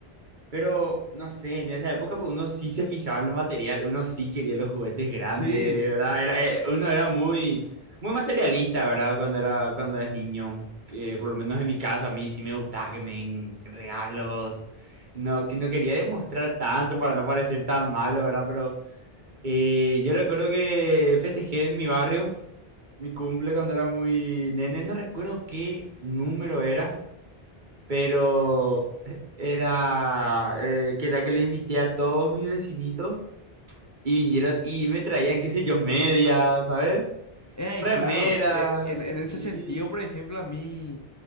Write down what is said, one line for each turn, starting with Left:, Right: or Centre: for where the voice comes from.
Right: Pero, no sé, en esa época pues, uno sí se fijaba en lo material, uno sí quería los juguetes grandes,
Left: Sí,
Right: ¿verdad? Era, eh, uno era muy, muy materialista, ¿verdad? Cuando era, cuando eres niño. que por lo menos en mi caso, a mí sí me gustaba que me den regalos. No, que no quería demostrar tanto para no parecer tan malo, ¿verdad? Pero eh, yo recuerdo que festejé en mi barrio mi cumple cuando era muy nene. No recuerdo qué número era pero e, era eh, que era que le invité a todos mis vecinitos y vinieron y me traían, qué sé yo, medias, ¿sabes?
Left: eh,
Right: Remeras,
Left: claro, eh, en, en
Right: sí,
Left: ese sentido, por ejemplo, a mí,